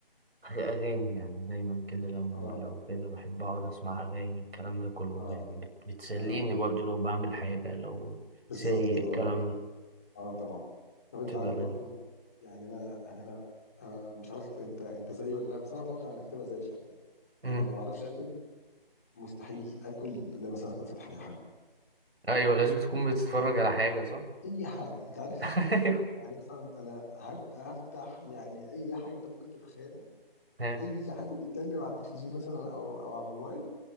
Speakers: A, on the right; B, on the left.
A: اغاني يعني دايما كده لو
B: اه
A: لو كده بحب اقعد اسمع اغاني الكلام ده كله
B: اه
A: يعني بت... بتسليني
B: اه
A: برضو لو بعمل حاجه لو
B: بالظبط
A: سايق
B: اه
A: الكلام ده
B: اه طبعا طب انت
A: بتبقى
B: عارف
A: لذيذ
B: برضو يعني انا انا آه مش عارف انت انت انت زيي ولا لا بس انا اتوقع انك هتبقى زيي في الحته دي
A: أمم.
B: انا ما بعرفش اكل مستحيل اكل لما مثلا اكون فاتح اي حاجه
A: ايوه لازم تكون بتتفرج على حاجه صح
B: اي حاجه انت عارف
A: <laughs> ايوه
B: يعني مثلا انا هب- هفتح يعني اي حاجه انت ممكن تتخيلها
A: ها.
B: اي حد بيتكلم على التلفزيون مثلا او او على الموبايل